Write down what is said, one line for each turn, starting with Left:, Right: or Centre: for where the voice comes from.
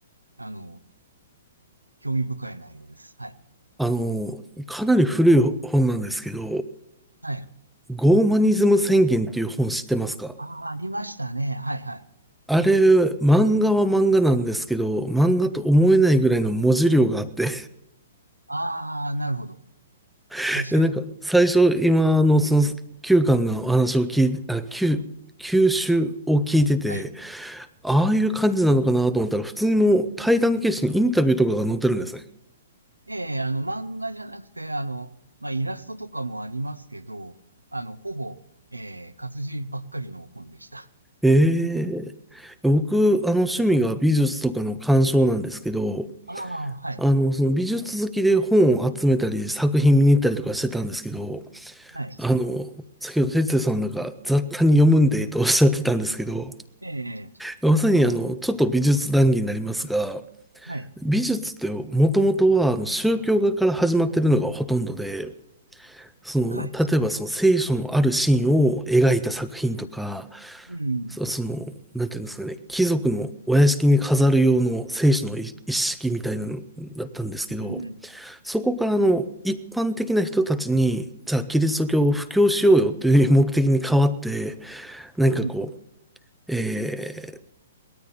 Right: あの、興味深い内容です。はい。
Centre: あの、かなり古い本なんですけど、
Right: はい。
Centre: ゴーマニズム宣言っていう本知ってますか
Right: ああ、ありましたね。はいはい。
Centre: あれ、漫画は漫画なんですけど、漫画と思えないぐらいの文字量があって、
Right: ああ、なるほど。
Centre: <laughs>
Right: 確かに。
Centre: で、なんか、最初、今のその9巻のお話を聞いて、あ、9、9集を聞いてて、
Right: はい。
Centre: ああいう感じなのかなと思ったら、普通にもう対談形式にインタビューとかが載ってるんですね。
Right: ええ、あの、漫画じゃなくて、あの、まあイラストとかもありますけど、あの、ほぼ、ええ、活字ばっかりの本でした。
Centre: ええ僕、あの、趣味が美術とかの鑑賞なんですけど、
Right: ああ、はい。
Centre: あの、その美術好きで本を集めたり、作品見に行ったりとかしてたんですけど、
Right: はい。
Centre: あの、先ほど哲也さんなんか雑多に読むんでとおっしゃってたんですけど、
Right: ええ、
Centre: まさにあの、ちょっと美術談義になりますが、
Right: はい。
Centre: 美術ってもともとはあの宗教画から始まってるのがほとんどで、その、
Right: はい。
Centre: 例えばその聖書のあるシーンを描いた作品とか、
Right: うん。
Centre: そ、その、なんていうんですかね、貴族のお屋敷に飾る用の聖書の一一式みたいなのだったんですけど、
Right: うんうん。
Centre: そこからあの一般的な人たちに、じゃあキリスト教を布教しようよという目的に変わって、なんかこ
Right: うん。
Centre: う、えー